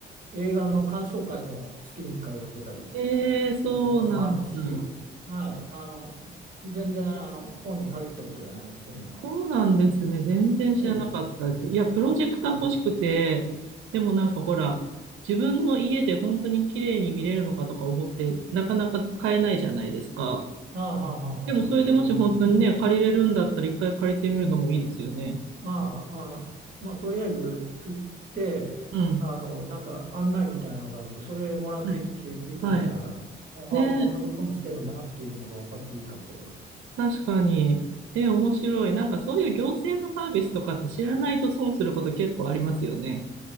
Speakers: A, on the right (about 45°); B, on the right (about 85°).
A: 映画の鑑賞会も月に1回やってたりするところもあるし、
B: ええ、そうなんだ。
A: はい、あの、全然、あの、本に限ったことじゃないですね、今は。
B: そうなんですね。全然知らなかったです。
A: そうです、そうです。
B: いや、プロジェクター欲しくて、
A: うん。
B: でもなんかほら、自分の家で本当に綺麗に見れるのかとか思って、なかなか買えないじゃないですか。
A: ああ、はあ、はあ、はあ、
B: でもそれでもし本当にね、
A: はあプロジェクターね。
B: 借りれるんだったら一回借りてみるのもいいですよね。
A: ああ、あの、まあ、とりあえず行って、
B: うん。
A: あの、なんか案内みたいなのがあるんで、それもらってきて見てみたら、
B: はい。はい。
A: ああ、
B: ね
A: こんなこともしてるんだなっていうのが分かっていいかもしれない。
B: 確かに。え、面白い。なんかそういう行政のサービスとかって知らないと損すること結構ありますよね。